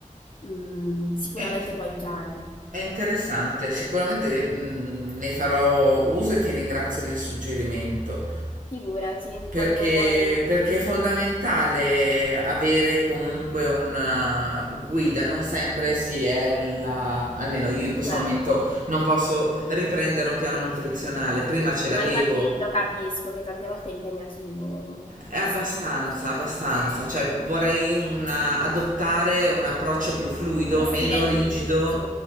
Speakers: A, on the left (about 40°); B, on the right (about 75°).
A: Mm, sicuramente
B: è, int-
A: può aiutare.
B: è interessante. Sicuramente mh, ne farò uso e ti ringrazio del suggerimento.
A: Figurati,
B: Perché,
A: quando vuoi,
B: perché è fondamentale avere comunque una guida, non sempre si è nella, almeno io in questo
A: certo.
B: momento non posso riprendere un piano nutrizionale, prima ce l'avevo,
A: Ma infatti lo capisco che tante volte è impegnativo,
B: Eh, Abbastanza,
A: sì.
B: abbastanza, cioè vorrei una- adottare un approccio più fluido,
A: Uno stile
B: meno
A: di
B: rigido
A: vita, sì.